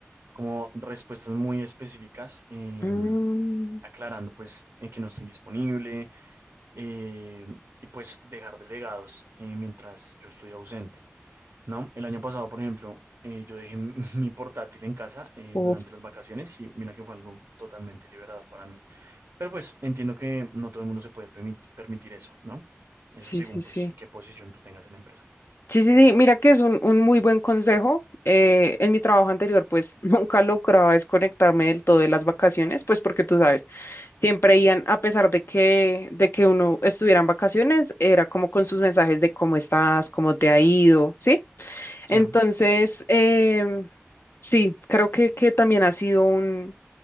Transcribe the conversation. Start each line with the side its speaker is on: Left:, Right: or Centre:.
Right: como respuestas muy específicas, eh,
Left: Mm,
Right: aclarando pues en que no estoy disponible eh, y pues dejar delegados eh, mientras yo estoy ausente, ¿no? El año pasado, por ejemplo, eh, yo dejé <laughs> mi portátil en casa eh,
Left: uf,
Right: durante las vacaciones y mira que fue algo totalmente liberador para mí. Pero pues entiendo que no todo el mundo se puede permit- permitir eso, ¿no? Eso
Left: sí,
Right: según
Left: sí, sí.
Right: pues qué posición tú tengas en la empresa.
Left: Sí, sí, sí, mira que es un, un muy buen consejo. Eh, en mi trabajo anterior, pues <laughs> nunca lograba desconectarme del todo de las vacaciones, pues porque tú sabes, siempre iban, a pesar de que, de que uno estuviera en vacaciones, era como con sus mensajes de cómo estás, cómo te ha ido, ¿sí?
Right: Sí,
Left: Entonces, em, sí, creo que, que también ha sido un,